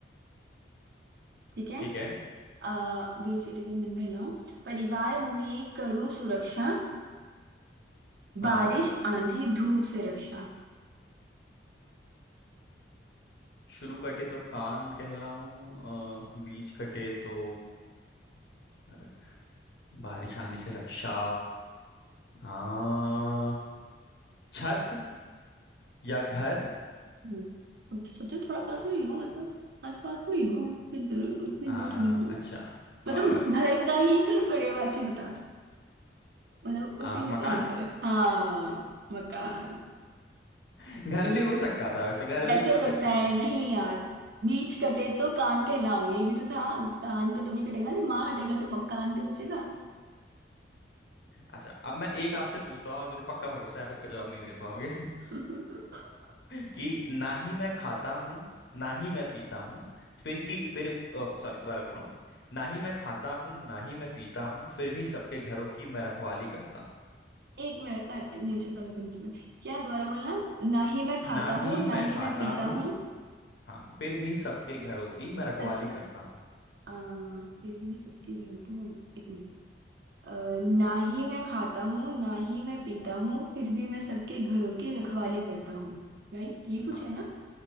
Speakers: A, on the right; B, on the left.
A: ठीक है
B: ठीक है
A: आ, बीच कटे तो मन बहलाऊं परिवार में करूं सुरक्षा
B: हाँ
A: बारिश आंधी धूप से रक्षा
B: शुरू कटे तो कान कहलाऊं अ, बीच कटे तो अ, बारिश आंधी से रक्षा आ, छत या घर
A: हम्म। सोचो सोचो थोड़ा पास में ही हो मतलब आस पास में ही हो उतनी जरूर उतनी
B: आ,
A: दूर नहीं हो
B: अच्छा आ,
A: मतलब घर का ही चलो पर्यायवाची बता दो मतलब उसी
B: आ,
A: में
B: मकान
A: से आंसर है हाँ मकान
B: <laughs> घर
A: क्योंकि
B: भी हो सकता था वैसे घर भी
A: कैसे
B: बोल
A: हो
B: सकते
A: सकता है
B: थे
A: नहीं यार बीच कटे तो कान कहलाऊं ये भी तो था कान तो तभी कटेगा ना जब माँ हटेगा तो मकान तो बचेगा
B: अच्छा अब मैं एक आपसे पूछता हूँ और मुझे पक्का भरोसा है आप इसका जवाब नहीं दे पाओगे
A: <laughs>
B: <laughs> कि ना ही मैं खाता हूँ ना ही मैं पीता हूँ फिर की फिर सॉरी दोबारा बोल रहा हूँ ना ही मैं खाता हूँ ना ही मैं पीता हूँ फिर भी सबके घरों की मैं रखवाली करता हूँ
A: एक मिनट अ, नहीं चलो पास में नहीं। क्या दोबारा बोलना ना ही मैं खाता
B: ना ही
A: हूँ
B: मैं
A: ना ही
B: खाता
A: मैं पीता
B: हूँ
A: हूँ
B: हाँ फिर भी सबके घरों की मैं रखवाली
A: सबसे
B: करता हूँ
A: आ, फिर भी सबकी नहीं होती मैं एक मिनट अ, ना ही मैं खाता हूँ ना ही मैं पीता हूँ फिर भी मैं सबके घरों की रखवाली करता हूँ राइट यही पूछा
B: हाँ
A: है ना